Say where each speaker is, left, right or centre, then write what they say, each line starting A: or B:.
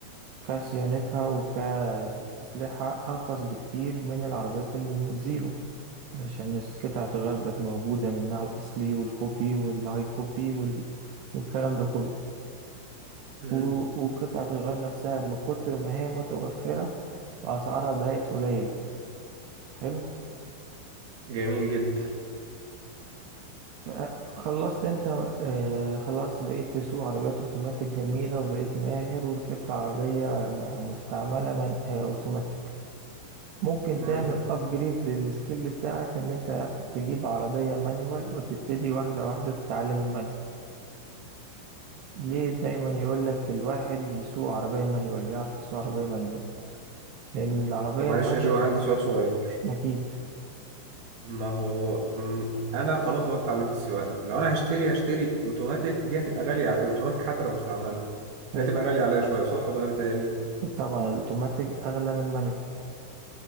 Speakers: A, on the right; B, on the right.
A: كصيانتها وكتصليحها أرخص بكتير من العربيات الزيرو علشان قطع الغيار بقت موجودة منها الأصلي والكوبي والهاي كوبي وال... والكلام ده كله
B: مم.
A: و... وقطعة الغيار نفسها من كتر ما هي متوفرة أسعارها بقت قليلة حلو
B: جميل جدا
A: ف- خلصت انت آه خلاص بقيت تسوق عربيات اوتوماتيك جميلة وبقيت ماهر وركبت عربية م- مستعملة من آه اوتوماتيك ممكن
B: مم.
A: تعمل ابجريد للسكيل بتاعك ان انت تجيب عربية مانيوال وتبتدي واحدة واحدة تتعلم المانيوال ليه دايما يقولك الواحد يسوق عربية مانيوال يعرف يسوق عربية مانيوال لان العربية
B: طب معلش
A: المانيوال
B: يا جو عندي سؤال صغير
A: اكيد
B: ما هو مم، انا خلاص هو اتعلمت السواقه لو انا هشتري هشتري اوتوماتيك دي هتبقى غاليه على اوتوماتيك حتى لو مستعمل
A: حلو
B: دي هتبقى غاليه عليا شويه صح ولا انا بتهيالي
A: طبعا الاوتوماتيك اغلى من المانيوال